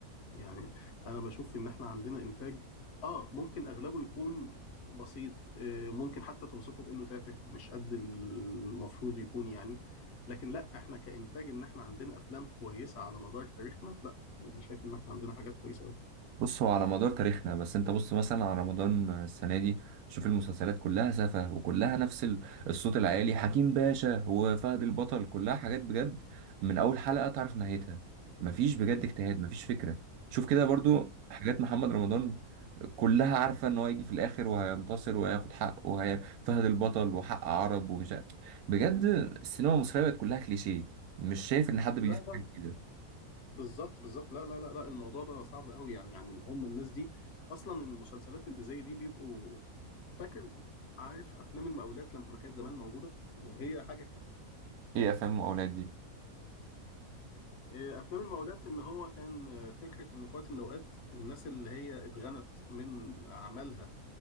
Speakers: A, on the left; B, on the right.
A: يعني انا بشوف ان احنا عندنا انتاج اه ممكن اغلبه يكون بسيط آه ممكن حتى توصفه بانه تافه مش قد المفروض يكون يعني لكن لا احنا كانتاج ان احنا عندنا افلام كويسه على مدار تاريخنا لا انا شايف ان احنا عندنا حاجات كويسه قوي
B: بص هو على مدار تاريخنا بس انت بص مثلا على رمضان السنه دي شوف المسلسلات كلها سفه وكلها نفس ال- الصوت العالي حكيم باشا وفهد البطل كلها حاجات بجد من اول حلقه تعرف نهايتها مفيش بجد اجتهاد مفيش فكره شوف كده برضو حاجات محمد رمضان كلها عارفه ان هو هيجي في الاخر وهينتصر وهياخد حقه وهي فهد البطل وحق عرب ومش عارف. بجد السينما المصريه بقت كلها كليشيه مش شايف ان حد بيضيف
A: لا لا
B: حاجه جديده
A: بالظبط بالظبط لا لا لا لا الموضوع ده صعب قوي يعني يعني هم الناس دي اصلا المسلسلات اللي زي دي بيبقوا فاكر عارف افلام المقاولات لما كانت زمان موجوده هي حاجه
B: ايه افلام الاولاد دي
A: إيه، افلام المقاولات ان هو كان آه، فكره ان في وقت من الاوقات الناس اللي هي اتغنت من اعمالها